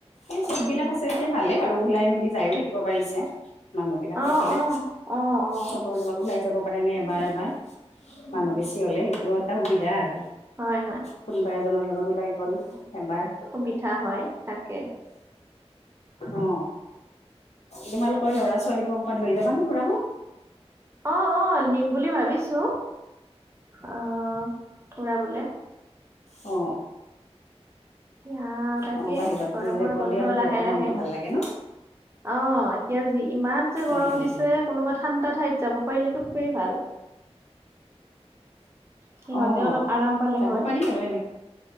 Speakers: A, on the left (about 80°); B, on the right (about 25°).
A: এই চব বিলাক
B: উম,
A: আছে এতিয়া ভালেই বাৰু ওলাই মেলি যায়ো থাকিব পাৰিছে। মানুহ বিলাক থাকিলে
B: অ', অ', অ', অ',
A: চবৰে লগত ওলাই যাব পাৰে নে এবাৰ এবাৰ মানুহ বেছি হলে সেইটো এটা সুবিধা আৰু।
B: হয়, হয়।
A: কোনোবা এজনৰ ওলাই গল এবাৰ।
B: সুবিধা হয় তাকে
A: অ তোমালোকৰ ল'ৰা-ছোৱালীক ক'বাত লৈ যাবানে ফুৰাব?
B: অ-অ নিম বুলি ভাবিছো। অ, ফুৰাবলে।
A: অ।
B: এয়া তাকে
A: অ বাহিৰত
B: গৰমৰ
A: লৈ য গ'লে
B: বন্ধ
A: আৰু সিহঁতৰ
B: লাহে লাহে
A: মনটো ভাল লাগে ন
B: অ এতিয়া জি ইমান যে গৰম
A: উম উম
B: দিছে
A: উম
B: কোনোবা ঠাণ্ডা ঠাইত। যাব পাৰিলেতো খুবেই ভাল। সিহঁতে
A: আহ
B: অলপ আৰাম পালে
A: যাব
B: হয়
A: পাৰি আৰু এনেকে